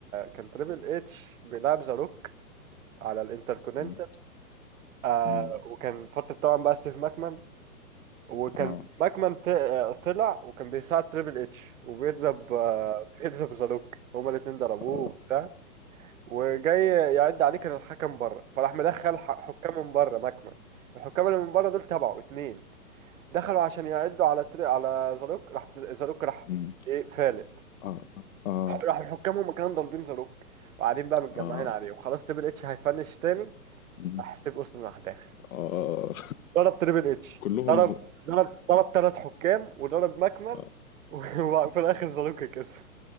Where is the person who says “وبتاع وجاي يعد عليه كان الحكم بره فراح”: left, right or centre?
Right